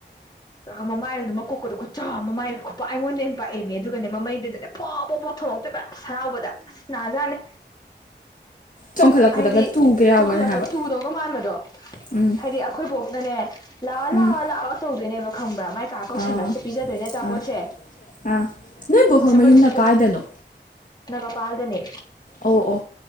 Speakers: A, on the left; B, on the left.
A: ꯎ ꯃꯃꯥꯏꯒꯗꯣ ꯃꯀꯣꯛꯀꯇꯣ ꯈꯨꯆꯥꯥꯎ ꯑꯃ ꯃꯃꯥꯏ ꯈꯨꯄꯥꯛ ꯑꯩꯉꯣꯟꯗꯩ ꯍꯦꯟ ꯄꯥꯛꯑꯃꯦ ꯑꯗꯨꯒꯅ ꯃꯃꯩꯗꯨꯗꯅꯦ ꯐꯣꯞꯐꯣꯞꯐꯣꯞ ꯊꯣꯝꯉꯛꯇꯣꯏꯕ ꯑꯁ ꯍꯔꯥꯎꯕꯗ ꯑꯁ ꯅꯥꯖꯥꯅꯤ
B: ꯆꯣꯡꯈꯠꯂꯛꯄꯗꯒ
A: ꯑꯩꯗꯤ
B: ꯇꯨꯒ ꯌꯥꯎꯕꯅꯦ
A: ꯆꯥꯎꯈꯠꯂꯛꯄ
B: ꯍꯥꯏꯕ
A: ꯇꯨꯗꯣꯒ ꯃꯥꯟꯕꯗꯣ
B: ꯎꯝ
A: ꯍꯥꯏꯗꯤ ꯑꯩꯈꯣꯏ ꯊꯣꯛꯅꯅꯦ ꯂꯥꯑꯣ
B: ꯎꯝ
A: ꯂꯥꯑꯣ ꯂꯥꯛꯑꯣ ꯇꯧꯗꯣꯢꯅꯦꯕ ꯈꯝꯕ꯭ꯔꯥ ꯃꯥꯏ ꯀꯥ ꯀꯧꯁꯜꯂꯇ
B: ꯑꯥ
A: ꯄꯤꯖꯗꯣꯏꯅꯦ ꯇ
B: ꯑꯥ
A: ꯄꯣꯠꯁꯦ
B: ꯑꯥ ꯅꯣꯏꯕꯨ ꯍꯣꯏ
A: ꯑꯁ ꯑꯃꯝꯗꯨꯁꯨ
B: ꯃꯌꯨꯝꯅ
A: ꯑꯗꯨꯝ
B: ꯀꯥꯏꯗꯅꯣ
A: ꯅꯒꯄꯥꯥꯜꯗꯅꯦ
B: ꯑꯣ ꯑꯣ